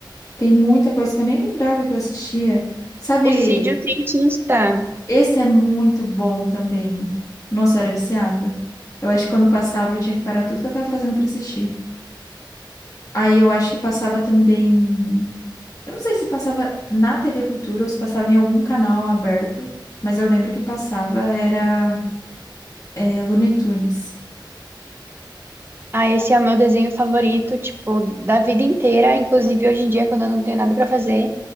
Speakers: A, on the left; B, on the right.
A: Tem muita coisa que eu nem lembrava que eu assistia. Sabe
B: O Cid o Cientista.
A: Esse é muito bom também. Nossa, eu era viciada. Eu acho que quando passava eu tinha que parar tudo que eu tava fazendo pra assistir. Aí eu acho que passava também. Eu não sei se passava na TV Cultura ou se passava em algum canal aberto, mas eu lembro que passava era é, Looney Tunes.
B: Ah, esse é o meu desenho favorito, tipo, da vida inteira. Inclusive, hoje em dia, quando eu não tenho nada pra fazer,